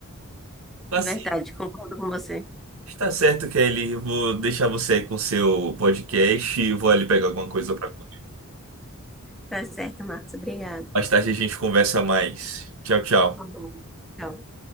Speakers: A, on the right; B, in the centre.
A: assim,
B: verdade, concordo com você.
A: Está certo, Kelly. Eu Vou deixar você aí com seu podcast e vou ali pegar alguma coisa para comer.
B: Tá certo, Marcos. Obrigada.
A: Mais tarde a gente conversa mais. Tchau, tchau.
B: Tá bom. Tchau.